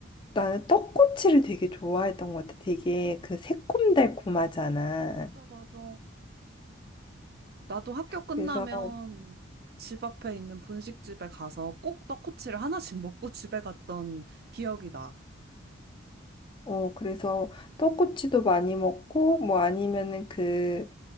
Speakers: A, on the left; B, on the right.
A: 나는 떡꼬치를 되게 좋아했던 것 같아. 되게 그 새콤달콤하잖아.
B: 맞아, 맞아. 나도 학교 끝나면
A: 그래서,
B: 집 앞에 있는 분식집에 가서 꼭 떡꼬치를 하나씩 먹고 집에 갔던 기억이 나.
A: 어, 그래서 떡꼬치도 많이 먹고, 뭐 아니면은 그,